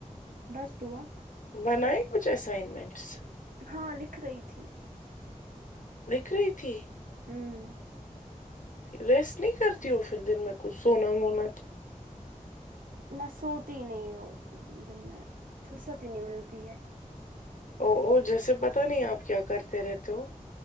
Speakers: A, on the right; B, on the left.
A: بس دعا
B: بنائیں کچھ اسائنمنٹس
A: ہاں لکھ رہی تھی
B: لکھ رہی تھی
A: ہوں
B: ریسٹ نہیں کرتی ہو پھر دن میں کچھ سونا وونا
A: میں سوتی ہی نہیں ہوں دن میں فرصت ہی نہیں ملتی ہے
B: اوو جیسے پتا نہیں آپ کیا کرتے رہتے ہو